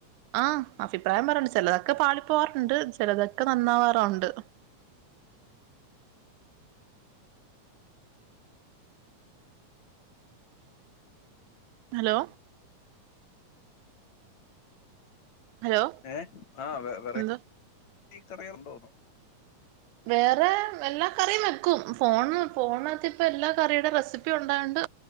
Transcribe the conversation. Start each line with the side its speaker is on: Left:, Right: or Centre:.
Right: ആഹ് അഭിപ്രായം പറയാറുണ്ട് ചെലതൊക്കെ പാളി പോവാറുണ്ട് ചെലതൊക്കെ നന്നാവാറുണ്ട് ഹലോ ഹലോ
Left: ഏഹ് ആഹ് വെ വെറൈറ്റി
Right: എന്തോ
Left: കറികളുണ്ടോന്ന്
Right: വേറെ എല്ലാ കറിയും വെക്കും ഫോണ് ഫോണകത്തിപ്പൊ എല്ലാ കറിയുടെ റെസിപ്പി ഉണ്ടായൊണ്ട്